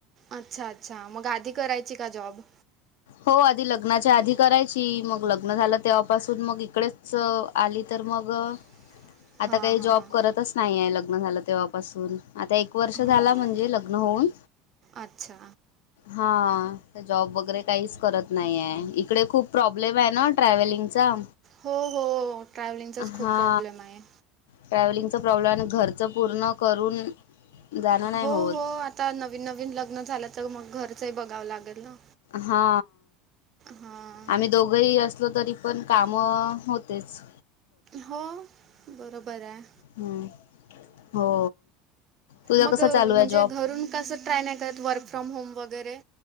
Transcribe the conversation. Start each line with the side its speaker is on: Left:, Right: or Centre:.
Right: अच्छा अच्छा मग आधी करायची का जॉब?
Left: हो आधी लग्नाच्या आधी करायची, मग लग्न झालं तेव्हापासून मग इकडेच. आली तर मग!
Right: <inaudible>
Left: आता काही
Right: हां
Left: जॉब करतच नाहीय लग्न झालं तेव्हापासून. आता एक वर्ष झाला
Right: हो
Left: म्हणजे लग्न होऊन.
Right: अच्छा
Left: हा त जॉब वगैरे. काहीच करत नाहीये, इकडे खूप प्रॉब्लेम आहे ना ट्रॅव्हलिंगचा.
Right: हो हो ट्रॅव्हलिंगचाच खूप
Left: हा
Right: प्रॉब्लेम आहे.
Left: ट्रॅव्हलिंगचा प्रॉब्लेम आहे, आणि घरच पूर्ण करून. जाणं नाही
Right: हो
Left: होत
Right: हो आता नवीन नवीन लग्न झाल्या, तर मग घरचंही बघावं लागेल ना.
Left: हा
Right: हां
Left: आम्ही दोघ! दोघ हि असलो तरी पण काम होतेच.
Right: हो बरोबर हाय!
Left: हूं हो! तुझा
Right: मग
Left: कसा चालू
Right: म्हणजे
Left: आहे जॉब
Right: घरून कसं ट्राय नाही करत, वर्क फ्रॉम होम वगैरे.